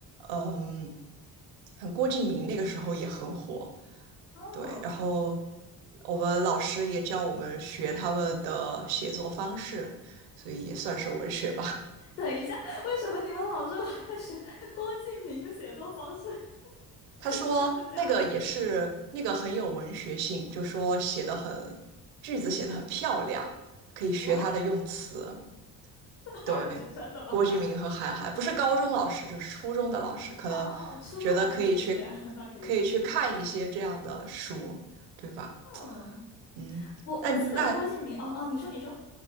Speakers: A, on the right; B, on the left.
A: 嗯，像郭敬明那个时候也很火，
B: 哦，
A: 对，然后我们老师也教我们学他们的写作方式，所以也算是文学吧。
B: 等一下，为什么你们老说我也是郭敬明的写作方式？
A: <laughs>
B: <laughs>
A: 他说那个也是那个很有文学性，
B: 真的假的？
A: 就说写的很，句子写的很漂亮，可以学他的用词。
B: 哇
A: 对，
B: 哦，这真的吗？
A: 郭敬明和韩寒，不是高中老师，就是初中的老师，
B: <laughs>
A: 可能觉得可以去，
B: 哦哦哦，哦初中那可以理解，<laughs> 那可以理解。
A: 可以去看一些这样的书，对吧？
B: 嗯。
A: 嗯，
B: 我我记得郭敬明，
A: 那那
B: 哦哦，你说你说，